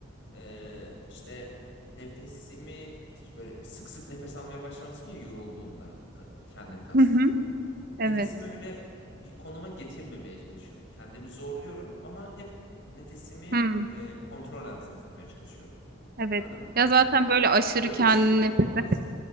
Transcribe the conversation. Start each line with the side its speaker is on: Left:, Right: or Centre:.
Left: e, işte nefesimi işte böyle sık sık nefes almaya başlarsın ya yorulduğunda ka- kendini kasında
Right: Hı hı.
Left: falan.
Right: Evet.
Left: nefesimi öyle bir konuma getirmemeye çalışıyorum. Kendimi zorluyorum ama hep nefesimi
Right: Hı.
Left: e, kontrol altında tutmaya çalışıyorum.
Right: Evet.
Left: Anladın mı?
Right: Ya zaten böyle aşırı
Left: Böyle
Right: kendini
Left: bir şey mi yapmam
Right: nefes
Left: lazım?
Right: nefes